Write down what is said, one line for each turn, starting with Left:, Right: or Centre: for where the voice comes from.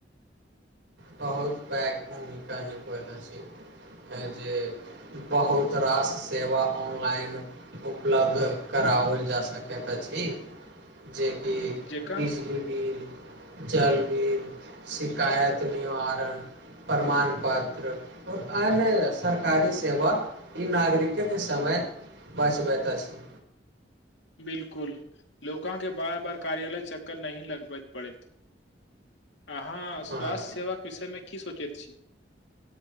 Right: बहुत पैघ भूमिका निभवेत अछी ह जँ जे बहुत रास सेवा ऑनलाइन उपलब्ध करा कराओल जा सकैत अछी जे कि
Left: जकाँ
Right: बिजली बिल जल बिल शिकायत निवारण प्रमाण पत्र और अन्य सरकारी सेवा ई नागरिके के समय बस वे हम एतअ छी
Left: बिलकुल लोका के बार बार कार्यालय चक्कर नहि लगबैत पड़ेत अहाँ
Right: हँ
Left: स्वास्थ्य सेवा विषय मे की सोचैत छी